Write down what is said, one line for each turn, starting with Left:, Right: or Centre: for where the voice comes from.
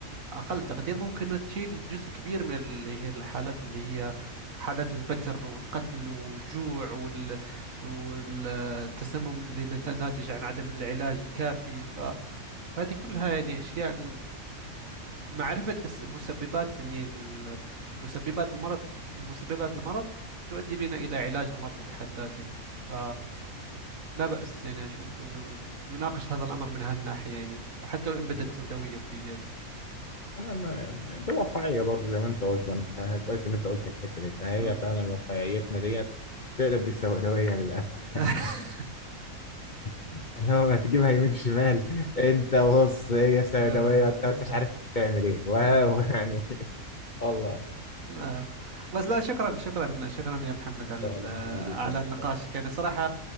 Right: أقل تقدير ممكن تشيل جزء كبير من اللي هي الحالات اللي هي حالات البتر والقتل والجوع وال... والتسمم اللي نت- ناتج عن عدم العلاج الكافي ف... فهذه كلها يعني أشياء ال- معرفة أس- مسببات يعني ال- مسببات المرض مسببات المرض تؤدي بنا إلى علاج المرض بحد ذاته ف لا بأس يعني أشوف أنه نناقش هذا الأمر من هالناحية يعني وحتى لو إن بدت
Left: بالظبط
Right: سوداوية في جهتك
Left: انا ما دي واقعيه برضه زي ما انت
Right: مم.
Left: قلت وانا كويس ان انت قلت الحته دي فهي
Right: آه.
Left: فعلا واقعيتنا ديت تقلب بالسوداويه للاسف
Right: <laughs>
Left: يعني <laughs> اللي هو ما تجيبها يمين شمال انت بص هي سوداويه
Right: آه.
Left: انت انت مش عارف تعمل ايه واو
Right: آه.
Left: يعني <laughs> الله
Right: آه. بس لا شكرا شكرا شكرا يا محمد على
Left: فعلا
Right: ال-
Left: ما يليق
Right: على
Left: يا
Right: النقاش
Left: أستاذ.
Right: يعني صراحة